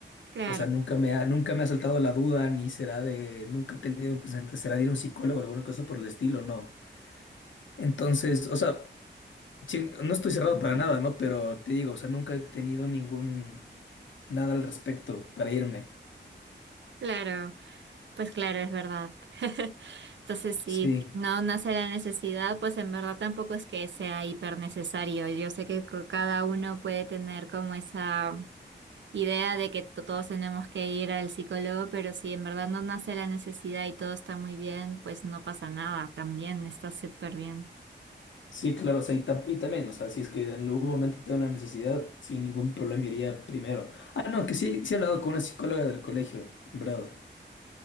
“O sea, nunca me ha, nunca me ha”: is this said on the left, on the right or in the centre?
Left